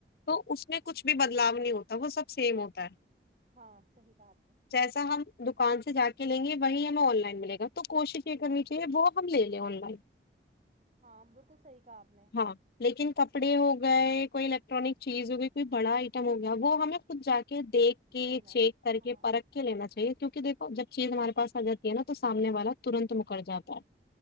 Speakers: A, on the left; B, on the right.
A: تو اس میں کچھ بھی بدلاؤ نہیں ہوتا وہ سب سیم ہوتا ہے
B: ہاں صحی بات ہے
A: جیسا ہم دکان سے جا کے لیں گے وہیں ہمیں آن لائن ملے گا تو کوشش یہ کرنی چاہیے وہ ہم لے لیں آن لائن
B: ہاں بالکل صحیح کہا آپ نے
A: ہاں لیکن کپڑے ہو گئے کوئی الیکٹرانک چیز ہوگئی کوئی بڑا آئٹم ہو گیا وہ ہمیں خود جا کے دیکھ کے
B: لینا
A: چیک
B: ہاں
A: کر کے لینا چاہیے کیونکہ دیکھو جب چیز ہمارے پاس آ جاتی ہے نا تو سامنے والا ترنت مکر جاتا ہے